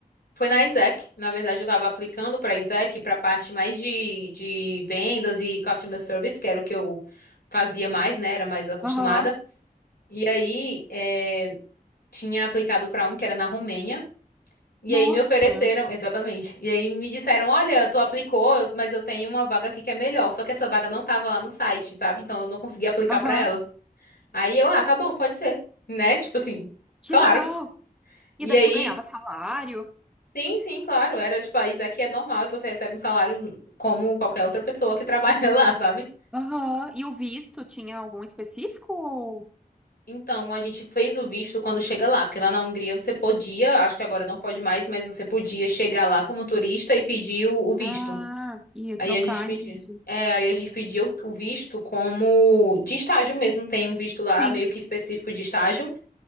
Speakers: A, on the left (about 85°); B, in the centre.
A: Foi na Isaac. Na verdade, eu tava aplicando pra Isaac pra parte mais de, de vendas e customer service, que era o que eu fazia mais, né? Era mais acostumada.
B: Aham.
A: E aí, eh, tinha aplicado pra um que era na Romênia. E
B: Nossa.
A: aí me ofereceram, exatamente. E aí me disseram, olha, tu aplicou, eu- mas eu tenho uma vaga aqui que é melhor. Só que essa vaga não tava lá no site, sabe? Então eu não consegui aplicar
B: Aham.
A: pra ela. Aí eu, ah, tá bom, pode ser, né? Tipo assim, claro.
B: Que legal.
A: E
B: E daí
A: aí,
B: tu ganhava salário?
A: sim, sim, claro. Era tipo, ah, isso aqui é normal e você recebe um salário como qualquer outra pessoa que trabalha <laughs> lá, sabe?
B: Aham. E o visto tinha algum específico? ou-
A: Então a gente fez o visto quando chega lá, porque lá na Hungria você podia, acho que agora não pode mais, mas você podia chegar lá como turista e pedir o o visto.
B: Ah, ia
A: Aí
B: trocar,
A: a gente pediu.
B: entendi.
A: É, aí a gente pediu o o visto como de estágio mesmo. Tem um visto lá
B: Sim,
A: meio que específico de estágio.